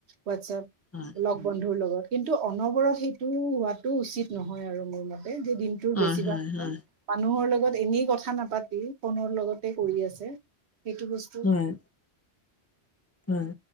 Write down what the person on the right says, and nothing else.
হোৱাটছপ
লগ বন্ধুৰ লগত। কিন্তু অনবৰত সেইটো হোৱাটো উচিত নহয় আৰু মোৰ মতে। যে দিনটোৰ
বেছিভাগ
মানুহৰ লগত ত এনেই কথা নাপাতি ফোনৰ লগতে কৰি আছে এইটো বস্তু